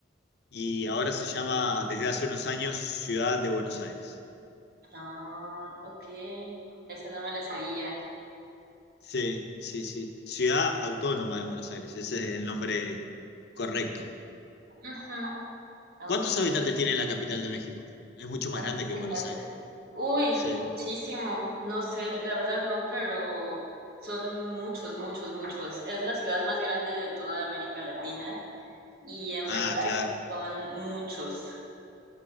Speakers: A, on the left; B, on the right.
A: y ahora se llama desde hace unos años Ciudad de Buenos Aires.
B: Ah, ok. Esa no me la sabía.
A: Sí, sí, sí. Ciudad Autónoma de Buenos Aires, ese es el nombre correcto.
B: Ujú, Ok.
A: ¿Cuántos habitantes tiene la capital de México? Es mucho más
B: ¿Cuántos
A: grande que
B: habitantes?
A: Buenos Aires.
B: Uy,
A: Sí.
B: muchísimo. No sé, la verdad no, pero son muchos, muchos, muchos. Es la ciudad más grande de toda América Latina y en
A: Ah,
B: verdad
A: claro.
B: son muchos.